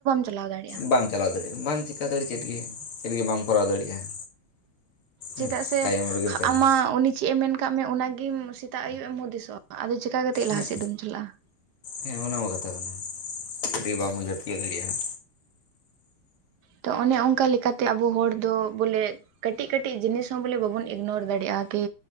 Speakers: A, on the right; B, on the left.
A: ᱪᱟᱞᱟᱣ ᱫᱟᱲᱮᱭᱟᱜᱼᱟ
B: ᱵᱟᱢ ᱪᱟᱞᱟᱣ ᱫᱟᱲᱮᱭᱟᱜᱼᱟ, ᱵᱟᱸᱪ ᱪᱟᱹ ᱫᱟᱹᱲ ᱪᱟᱹᱰᱷᱤ ᱪᱮᱫᱜᱮ ᱵᱟᱢ ᱠᱚᱨᱟᱣ ᱫᱟᱲᱮᱭᱟᱜᱼᱟ᱾
A: ᱪᱮᱫᱟᱜ
B: ᱦᱮᱸ
A: ᱥᱮ
B: ᱛᱟᱭᱚᱢ ᱨᱮᱜᱮᱢ ᱛᱟᱦᱮᱱᱟ
A: ᱟᱢᱟᱜ ᱩᱱᱤ ᱪᱮᱜ ᱮᱢ ᱢᱮᱱ ᱠᱟᱜ ᱢᱮᱭᱟ ᱚᱱᱟᱜᱮᱢ ᱥᱮᱛᱟᱜ ᱟᱹᱭᱩᱵ ᱮᱢ ᱦᱩᱫᱤᱥᱚᱜᱼᱟ, ᱟᱫᱚ ᱪᱮᱠᱟ ᱠᱟᱛᱮᱜ ᱞᱟᱦᱟ
B: ᱦᱮᱸ
A: ᱥᱮᱫ ᱫᱚᱢ ᱪᱟᱞᱟᱜᱼᱟ᱾
B: ᱦᱮᱸ ᱚᱱᱟᱢᱟ ᱠᱟᱛᱷᱟ ᱠᱟᱱᱟ᱾ ᱡᱩᱫᱤ ᱵᱟᱵᱚᱱ ᱩᱭᱦᱟᱹᱣ ᱛᱤᱛᱭᱳᱜ ᱫᱟᱲᱮᱭᱟᱜᱼᱟ᱾
A: ᱛᱚ ᱚᱱᱮ ᱚᱱᱠᱟ ᱞᱮᱠᱟᱛᱮ ᱟᱵᱚ ᱦᱚᱲ ᱫᱚ ᱵᱚᱞᱮ ᱠᱟᱹᱴᱤᱡ ᱠᱟᱹᱴᱤᱡ ᱡᱤᱱᱤᱥ ᱦᱚᱸ ᱵᱚᱞᱮ ᱵᱟᱵᱚᱱ ᱤᱜᱽᱱᱳᱨ ᱫᱟᱲᱮᱭᱟᱜᱼᱟ᱾ ᱠᱤ